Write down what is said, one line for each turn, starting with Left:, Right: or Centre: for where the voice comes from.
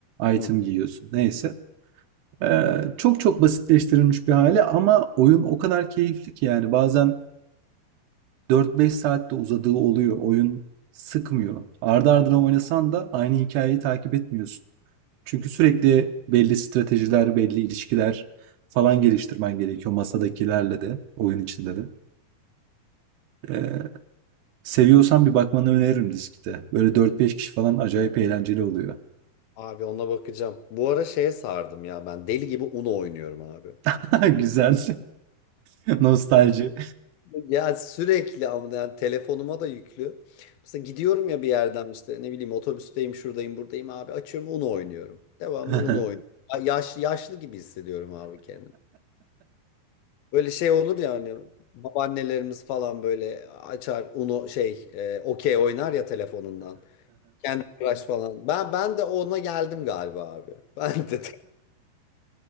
Right: item
Left: Hı hı.
Right: giyiyorsun. Neyse. Ee, çok çok basitleştirilmiş bir hali ama oyun o kadar keyifli ki yani bazen 4-5 saatte uzadığı oluyor. Oyun sıkmıyor. Ardı ardına oynasan da aynı hikayeyi takip etmiyorsun. Çünkü sürekli belli stratejiler, belli ilişkiler falan geliştirmen gerekiyor masadakilerle de, oyun içinde de. Ee, seviyorsan bir bakmanı öneririm diskte. Böyle dört beş kişi falan acayip eğlenceli oluyor.
Left: Abi ona bakacağım. Bu ara şeye sardım ya ben deli gibi Uno oynuyorum abi.
Right: <laughs> Güzel. <laughs> Nostalji.
Left: Ya sürekli ama yani telefonuma da yüklü. Mesela gidiyorum ya bir yerden işte ne bileyim otobüsteyim şuradayım buradayım abi açıyorum Uno oynuyorum. Devamlı
Right: <laughs>
Left: Uno oynuyorum. Ya- Yaş, yaşlı gibi hissediyorum abi kendimi. Böyle şey olur ya hani babaannelerimiz falan böyle açar Uno şey e, okey oynar ya telefonundan. Kendi Crush falan. Ben ben de ona geldim galiba abi. Ben de <laughs>